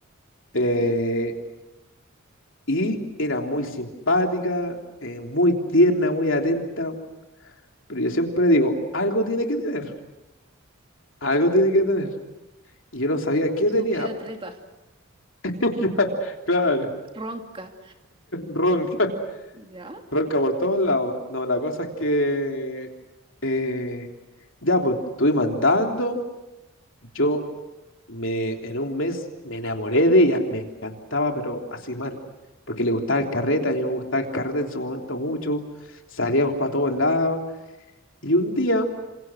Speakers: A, on the left (about 65°); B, on the right (about 25°).
A: Eh,
B: ok.
A: y era muy simpática, eh, muy tierna, muy atenta, pero yo siempre digo, algo tiene que tener, algo tiene que tener. Y yo no sabía qué
B: Su
A: tenía.
B: pie de atleta,
A: <laughs> Claro,
B: ronca.
A: ronca.
B: Ya,
A: Ronca por todos lados. No, la cosa es que eh, ya, pues estuve mandando. Yo me, en un mes me enamoré de ella, me encantaba, pero así mal, porque le gustaba el carrete, a mí me gustaba el carrete en su momento mucho, salíamos para todos lados. Y un día,